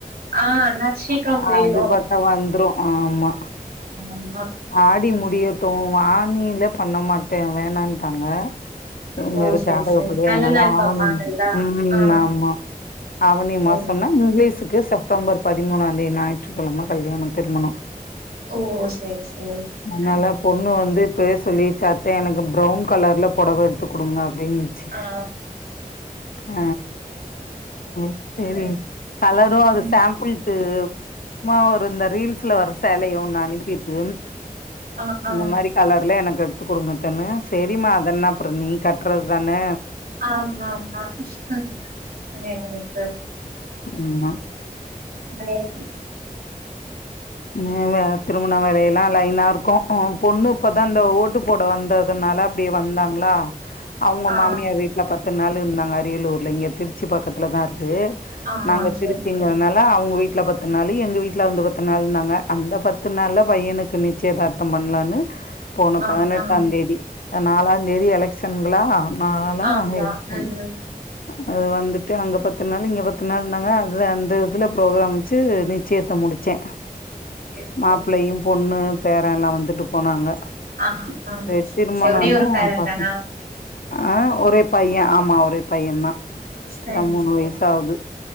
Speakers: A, on the right; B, on the left.
A: ஆ ஆனா சீக்கிரோ
B: அ
A: போயிரு
B: ஆ அதுபாட்டுக்கு வந்துரு ஆமா
A: ஆமா
B: ஆடி முடி யட்டு ஆனியில பண்ண மாட்டே வேணான்ட்டாங்க இவங்க
A: ஓ
B: இது
A: சரி
B: ஜாதகப்படி
A: சரி நல்ல
B: அதனால
A: நாள்
B: ஆவணிதா
A: பாப்பாங்கல்ல
B: ம்
A: ஆ
B: ஆமா ஆவணி
A: சரி
B: மாசன்ன ஸ்ஸுக்கு செப்டம்பர் பதிமூனாந் தேதி ஞாயிற்றுக்கிழம கல்யாணோ திருமணோ
A: ஓ சரி சரி
B: அதனால
A: ஆ
B: பொண்ணு
A: சரி
B: வந்து பேசு சொல்லிருச்சு அத்த எனக்கு பிரவுன் கலர்ல பொடவ எடுத்து குடுங்க அப்டின்னுச்சு.
A: ஆ
B: ஆ ம் செரி
A: சரி
B: கலரு அது
A: ம்
B: சாம்பிள்க்கு இது சும்மா ஒரு இந்த ரீல்ஸ்ல வர சேலைய ஒண்ணு அனுப்பிருக்கு
A: ஆ ஆ
B: இந்த மாரி கலர்ல எனக் கு எடுத்துக் குடுங்க அத்தைன்னு செரிம்மா அதென்ன அப்றோ நீ கட்றதுதானே
A: ஆ நா நா செரிங்க தோழி
B: ஆமா
A: <unintelligible>
B: ம் அதா திருமண வேலைகள் ல்லா லைனா இருக்கு ஆ பொண்ணு இப்பதா இந்த ஓட்டு போட வந்ததுனால அப்டியே வந்தாங்களா அவங்க
A: ஆ ஆ
B: மாமியார் வீட்ல பத்து நாளு இருந்தாங்க அரியலூர்ல இங்க திருச்சி பக்கத்துலதா இருக்கு.
A: ஆ
B: நாங்க திருச்சிங்கிறனால
A: சரி சரி
B: அவுங்க வீட் ட்ல பத்து நாளு எங்க வீட்ல வந்து பத் து நாள்னாங்க அந்த பத்து நாள்ல பையனுக்கு நிச்சயதார்த்தம் பண்லான்னு போன
A: ஆ
B: பதினெட்டாந்
A: ஆ
B: தேதி நாலாந்தேதி எலெக்ஷன்ங்ளா நாலா
A: ஆமா
B: <unintelligible>
A: ம்
B: அது வந் துட்டு அங்க பத்து நாள் இங்க பத் து நாள்னாங்க அத அந்த இதுல புரோக்ராம் வச்சு நிச்சயத்த முடு ச்சே
A: சரி
B: மாப்ளையும்
A: சரி
B: பொண்ணு பேரெல்லா வந்துட்டு போனாங்க
A: ஆ ஆ
B: தெ
A: சரி
B: திருமணொன்னா
A: சரி ஒரே ஒரு பேரன்
B: ப
A: தானா
B: ஆ ஒரே பைய ஆமா ஒ ரே பையந்தா
A: சரி
B: இப்ப தா மூணு
A: சரி
B: வயசு ஆவுது